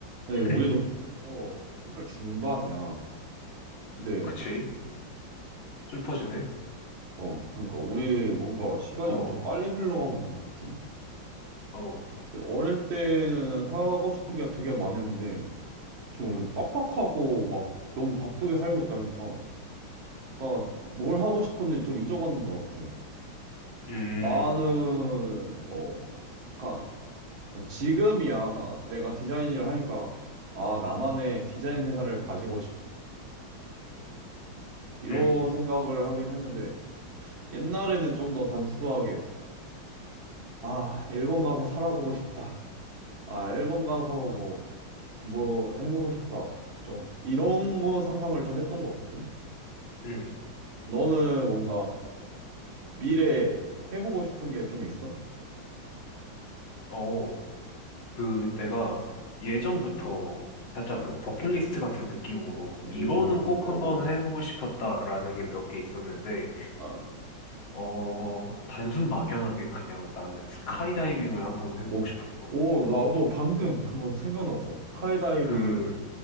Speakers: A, on the right; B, on the left.
A: 네,
B: <clears throat>
A: 우리도 어, 선발 중반이야. 근데
B: 그치? 슬퍼지네?
A: 어, 그러니까 우리 뭔가 시간이
B: 어,
A: 엄청 빨리 흘러가고 있는 것 같아.
B: 어,
A: 근데 어릴 때는 하고 싶은 게 되게 많았는데 지금 우리 빡빡하고 막 너무 바쁘게 살고 있다니까. 그러니까 뭘 하고 싶었는지 좀 잊어가는 것 같아.
B: 음,
A: 나는 어, 그러니까 뭐 지금이야 내가 디자인 일을 하니까 아 나만의 디자인 회사를 가지고 싶다 이런
B: 음,
A: 생각을 하긴 했는데. 옛날에는 좀 더 단순하게, 아, 일본 가서 살아보고 싶다. 아, 일본 가서 뭐, 뭐 해보고 싶다. 좀, 이런 거 상상을 좀 했던 거거든?
B: 음,
A: 너는 뭔가 미래에 해보고 싶은 게 좀 있어?
B: 어, 그, 내가 예전부터 살짝
A: 아,
B: 그 버킷리스트 같은 느낌으로
A: 오,
B: 이거는 꼭
A: 어,
B: 한번 해보고 싶었다라는 게 몇 개 있었는데,
A: 어, 어, 아,
B: 어, 단순 막연하게 그냥 나는 스카이다이빙을 한번 해보고
A: 오,
B: 싶었어.
A: 오, 나도 방금 그거 생각나서. 스카이다이빙,
B: 그,